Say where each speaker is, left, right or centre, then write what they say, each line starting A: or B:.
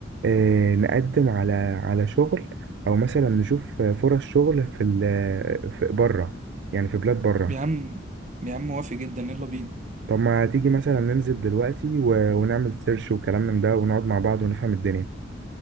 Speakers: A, on the right; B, on the right.
A: آه، نقدم على على شغل او مثلا نشوف آه، فرص شغل في ال في بره يعني في بلاد بره
B: يا عم يا عم موافق جدا يلا بينا
A: طب ما تيجي مثلا ننزل دلوقتي و- ونعمل سيرش وكلام من ده ونقعد مع بعض ونفهم الدنيا